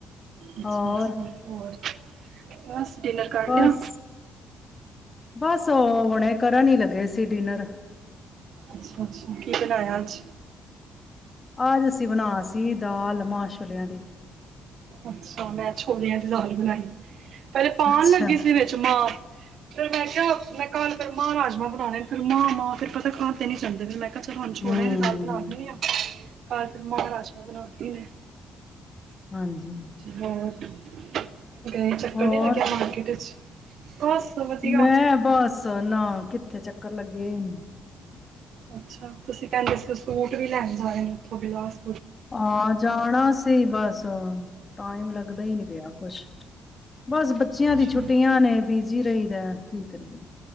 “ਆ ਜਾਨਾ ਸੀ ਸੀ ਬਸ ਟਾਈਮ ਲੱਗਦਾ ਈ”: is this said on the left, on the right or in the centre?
Left